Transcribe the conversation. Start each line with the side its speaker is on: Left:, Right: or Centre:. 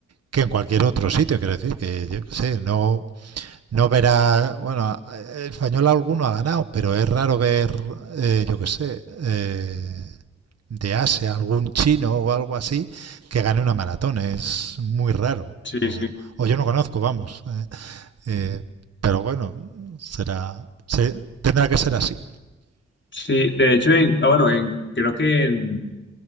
Right: que en cualquier otro sitio, quiero decir, que yo qué sé, no, no verás, bueno, el español alguno ha ganado, pero es raro ver, eh, yo qué sé, eh, de Asia, algún chino o algo así que gane una maratón. Es muy raro.
Left: Sí,
Right: O,
Left: sí.
Right: o yo no conozco, vamos. Eh, eh, pero bueno, será, se- tendrá que ser así.
Left: Sí, de hecho, en, ah, bueno, en, creo que en,